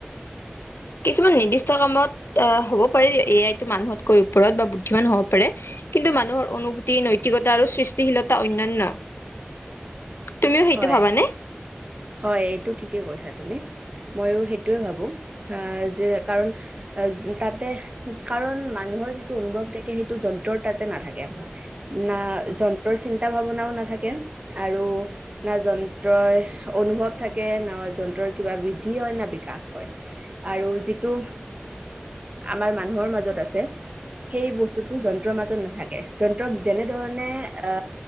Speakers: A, on the left; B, on the right.
A: কিছুমান নিৰ্দিষ্ট কামত অ হ'ব পাৰে এ আই ত মানুহতকৈ ওপৰত বা বুদ্ধিমান হও কিন্তু মানুহৰ অনুভূতি নৈতিকতা আৰু সৃষ্টিশীলতা অন্যান্য তুমিও সেইটো
B: হয়
A: ভাবানে?
B: হয় এইটো ঠিকে কৈছা তুমি মইয়ো সেইটোৱে ভাবোঁ যে কাৰণ তাতে কাৰণ মানুহৰ যিটো অনুভৱ থাকে সেইটো যন্ত্ৰত তাতে নাথাকে না যন্ত্ৰৰ চিন্তা ভাৱনাও নাথাকে আৰু না যন্ত্ৰৰই অনুভৱ থাকে ন যন্ত্ৰৰ কিবা বৃদ্ধি হয় না বিকাশ হয় আৰু যিটো আমাৰ মানুহৰ মাজত আছে সেই বস্তুটো যন্ত্ৰৰ মাজত নাথাকে যন্ত্ৰক যেনেধৰণে অ